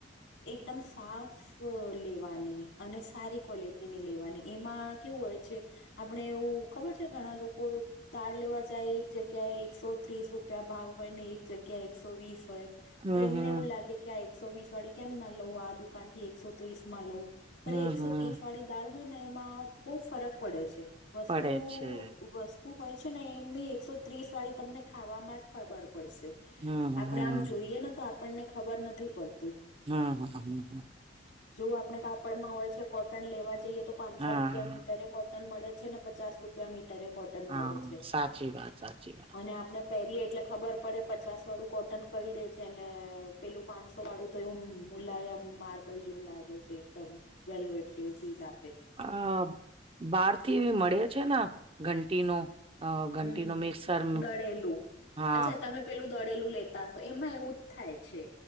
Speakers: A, on the left; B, on the right.
A: એકદમ સાફ લેવાની અને સારી ક્વોલિટી તેની લેવાની એમાં કેવું હોય છે આપણે એવું ખબર છે ઘણા લોકો તાર લેવા જાય એક જગ્યાએ એકસો ત્રીસ રૂપિયા ભાવ હોય ને એક જગ્યા એકસો વીસ હોય.
B: હમ્મ
A: તો એમને
B: હમ્મ
A: એવું લાગે કે આ એકસો વીસ વાળી કેમ ના લઉ આ દુકાન થી એકસો ત્રીસ માં લઉું. પર
B: હમ્મ
A: એકસો
B: હમ્મ હમ્મ.
A: ત્રીસ વાળી દાળ હોય ને એમાં બહુ ફરક પડે છે. વસ્તુ
B: પડે છે.
A: વસ્ત. શું હોય છે ને એમની એકસો ત્રીસ વાળી તમને ખાવામાં જ ખબર પડશે.
B: હમ્મ
A: આપડે
B: હમ્મ
A: આમ જોઈએ ને તો આપણને ખબર નથી પડતી.
B: હમ હમ હમ હ.
A: જોવ આપડણે કાપડમાં હોય છે કોટન લેવા જઈએ તો પાંચસો
B: હા
A: રૂપિયા મીટરે કોટન મળે છે ને પચાસ રૂપિયા મીટરે કોટન
B: હા
A: મળે છે
B: સાચી વાત સાચી વાત.
A: અને આપણે પહેરીએ એટલે ખબર પડે પચાસ વાળું કોટન કેયળે છેને પેલું પાંચસો તો વાળું તો એવું મુલાયમ માર્બલ જેવું લાગ્યો છે એકદમ વેલ્વેટ જેવું પી લા.
B: આ બહાર થી મળયા છે ને ઘંટીનો અ ઘંટી
A: હમ હમ.
B: નો મિક્સર
A: દળેલું
B: હા.
A: અચ્છા તમે પેલું દળેલું લેતા હશો એમાં એવું જ થાય છે.